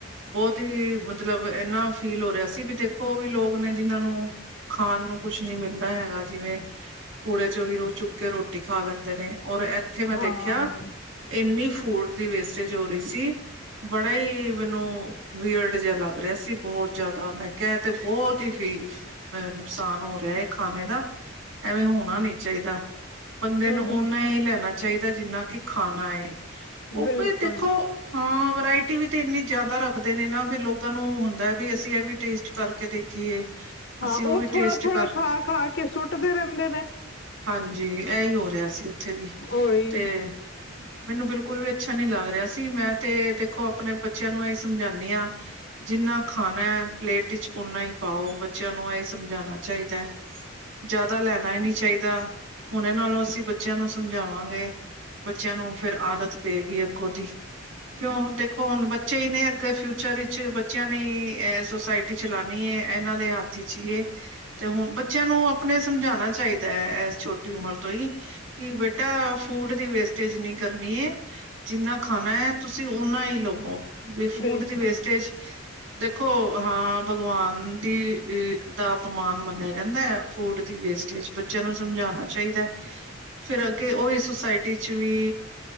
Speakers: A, on the right; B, on the left.
A: ਬਹੁਤ ਹੀ ਮਤਲਬ ਇਨਾ ਫੀਲ ਹੋ ਰਿਹਾ ਸੀ ਵੀ ਦੇਖੋ, ਉਹ ਵੀ ਲੋਕ ਨੇ ਜਿਹਨਾਂ ਨੂੰ ਖਾਣ ਨੂੰ ਕੁਛ ਨੀ ਮਿਲਦਾ ਹੈਗਾ। ਜਿਵੇਂ ਕੂੜੇ ਚ' ਵੀ ਰੋਜ਼ ਚੁੱਕ ਕੇ ਰੋਟੀ ਖਾ ਲੈਂਦੇ ਨੇ। ਔਰ ਉੱਥੇ ਮੈਂ
B: ਹਾਂ
A: ਦੇਖਿਆ, ਇੰਨੀ ਫੂਡ ਦੀ ਵੇਸਟੇਜ ਹੋ ਰਹੀ ਸੀ। ਬੜਾ ਮੈਨੂੰ, ਬਅਰਡ ਜਿਹਾ ਲੱਗ ਰਿਹਾ ਸੀ ਬਹੁਤ ਜਿਆਦਾ। ਮੈਂ ਕਿਹਾਹਿ ਤੇ ਬਹੁਤ ਹੀ ਫੀ ਅਹ ਨੁਕਸਾਨ ਹੋ ਰਿਹਾ ਹੈ ਖਾਣੇ ਦਾ। ਐਵੇਂ ਹੋਣਾ ਨੀ ਚਾਹੀਦਾ। ਬੰਦੇ
B: ਹਮ
A: ਨੂੰ
B: ਹਮ
A: ਓਨਾ ਹੀ ਲੈਣਾ ਚਾਹੀਦਾ ਜਿੰਨਾ ਕਿ ਖਾਣਾ। ਉਹ
B: ਬਿਲਕੁਲ
A: ਵੀ ਦੇਖੋ, ਹਾਂ। ਵਰਾਇਟੀ ਵੀ ਤੇ ਇੰਨੀ ਜ਼ਿਆਦਾ ਰੱਖਦੇ ਨੇ ਨਾ। ਫਿਰ ਲੋਕ ਉਹਾਂ ਨੂੰ ਹੁੰਦਾ ਹੈ ਵੀ ਅਸੀਂ ਇਹ ਵੀ ਟੇਸਟ ਕਰਕੇ ਦੇਖੀਏ।
B: ਹਾਂ।
A: ਅਸੀਂ
B: ਉਹ
A: ਵੀ
B: ਥੋੜ੍ਹਾ
A: ਟੇਸਟ
B: -ਥੋੜ੍ਹਾ
A: ਕਰ
B: ਖਾ ਖਾ ਕੇ ਸੁੱਟਦੇ ਰਹਿੰਦੇ ਨੇ।
A: ਹਾਂਜੀ। ਇਹੀ ਹੋ ਰਿਹਾ ਸੀ ਉੱਥੇ ਵੀ
B: ਉਹੀ
A: ਤੇ। ਮੈਨੂੰ ਬਿਲਕੁਲ ਵੀ ਅੱਛਾ ਨੀ ਲੱਗ ਰਿਹਾ ਸੀ। ਮੈਂ ਤੇ ਦੇਖੋ ਆਪਣੇ ਬੱਚਿਆਂ ਨੂੰ ਆਂ ਸਮਝਾਦੀ ਹਾਂ। ਜਿੰਨਾ ਖਾਣਾ ਹੈ ਪਲੇਟ ਵਿੱਚ ਓਨਾ ਹੀ ਪਾਓ, ਬੱਚਿਆਂ ਨੂੰ ਇਹ ਸਮਝਾਉਣਾ ਚਾਹੀਦਾ ਹੈ। ਜ਼ਿਆਦਾ ਲੈਣਾ ਹੀ ਨਹੀਂ ਚਾਹੀਦਾ, ਹੁਣ ਨਾਲੋਂ ਅਸੀਂ ਬੱਚਿਆਂ ਨੂੰ ਸਮਝਾਵਾਂਗੇ। ਬੱਚਿਆਂ ਨੂੰ ਫਿਰ ਆਦਤ ਪਏਗੀ ਅੱਗੋਂ ਦੀ, ਕਿਉਂ ਦੇਖੋ ਹੁਣ ਬੱਚੇ ਹੀ ਨੇ ਅੱਗੇ ਫਿਊਚਰ ਵਿੱਚ ਬੱਚਿਆਂ ਨੇ ਅ ਸੁਸਾਇਟੀ, ਸੁਸਾਇਟੀ ਚਲਉਣੀ ਏ, ਇਹਨਾਂ ਦੇ ਹੱਥ ਵਿਚ ਹੀ। ਤੇ ਹੁਣ ਬੱਚਿਆਂ ਨੂੰ ਆਪਣੇ ਸਮਝਾਉਣਾ ਚਾਹੀਦਾ ਹੈ, ਇਸ ਛੋਟੀ ਉਮਰ ਤੋਂ ਹੀ, ਕਿ ਬੇਟਾ, ਫੂਡ ਦੀ ਵੇਸਟੇਜ ਨਹੀਂ, ਕਰਨੀ ਹੈ ਜਿੰਨਾ ਖਾਣਾ ਹੈ, ਤੁਸੀਂ ਓਨਾ ਹੀ ਲਵੋ। ਵੀ ਫੂਡ
B: ਬਿਲਕੁਲ
A: ਦੀ ਵੇਸਟੇਜ, ਦੇਖੋ, ਹਾਂ ਭਗਵਾਨ ਦੀ ਅ ਦਾ ਅਪਮਾਨ ਮੰਨਿਆ ਜਾਂਦਾ ਹੈ ਫੂਡ ਦੀ ਵੇਸਟੇਜ ਬੱਚਿਆਂ ਨੂੰ ਸਮਝਾਉਣਾ ਚਾਹੀਦਾ, ਫਿਰ ਅੱਗੇ ਉਹ ਇਸ ਸੋਸਾਇਟੀ 'ਚ ਵੀ